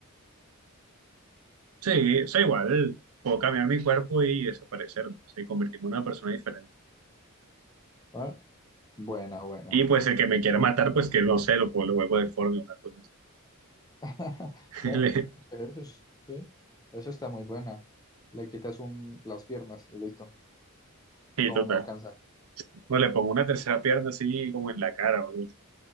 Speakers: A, on the right; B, on the left.
A: Sí, o sea, igual puedo cambiar mi cuerpo y desaparecer, ¿no? sé, convertirme en una persona diferente.
B: Ah, Buena, buena.
A: Y pues el que me quiera matar, pues que no sé, lo, puedo- lo vuelvo deforme, una cosa así.
B: <laughs>
A: <laughs>
B: Ve,
A: Le-
B: eso es- sí, eso está muy buena. Le quitas un, las piernas y listo.
A: Sí,
B: ¿Cómo
A: total.
B: me alcanza?
A: O le pongo una tercera pierna así como en la cara, o algo así,